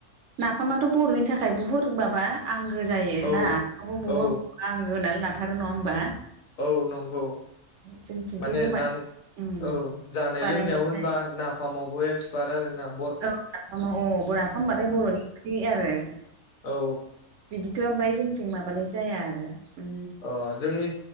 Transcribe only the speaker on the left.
औ
औ
औ नंगौ
माने
जान
औ जानाय
लोंनायाव होनबा नाफामावबो एक्सपार्ट आरो ना।
औ।
अ जोंनि